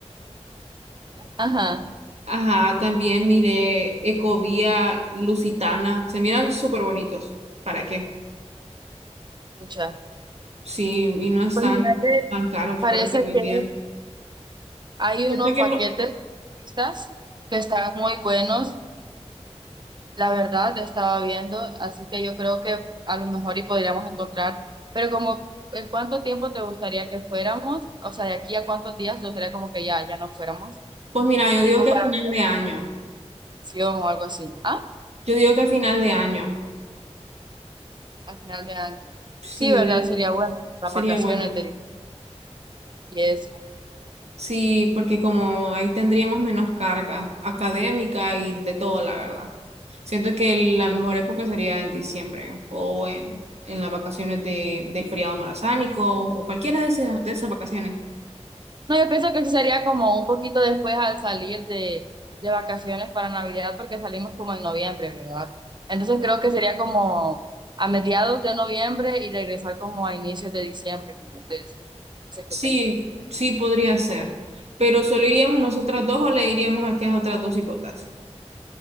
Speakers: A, on the right (about 40°); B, on the right (about 65°).
A: Ajá,
B: Ajá, también miré Ecovía Lusitana, se miran súper bonitos, ¿para qué?
A: muchas.
B: Sí, y no están
A: Pues mira que
B: tan caros
A: parece
B: para hacer de
A: que
B: un día.
A: Hay
B: Yo
A: unos
B: creo que
A: paquetes
B: lo-
A: mixtas que están muy buenos, la verdad, estaba viendo, así que yo creo que a lo mejor y podríamos encontrar, pero como ¿en cuánto tiempo te gustaría que fuéramos? O sea, de aquí a cuántos días te gustaría como que ya, ya no fuéramos,
B: pues mira, yo
A: tipo
B: digo que
A: para
B: a final de año.
A: vacación o algo así. Ah,
B: Yo digo que a final de año,
A: al final de año.
B: sí,
A: Sí,
B: yo
A: ¿verdad?
B: digo,
A: Sería bueno, las
B: sería
A: vacaciones
B: bueno.
A: de y es
B: Sí, porque como ahí tendríamos menos carga académica y de todo, la verdad. Siento que la mejor época sería en diciembre o en, en las vacaciones de, del feriado morazánico o cualquiera de esas, de esas vacaciones.
A: No, yo pienso que sí sería como un poquito después al salir de, de vacaciones para Navidad, porque salimos como en noviembre, ¿verdad? Entonces creo que sería como a mediados de noviembre y regresar como a inicios de diciembre. Entonces, no sé
B: Sí,
A: qué pensás.
B: sí podría ser, pero solo iríamos nosotras dos o le diríamos aquí a otras dos hipotas.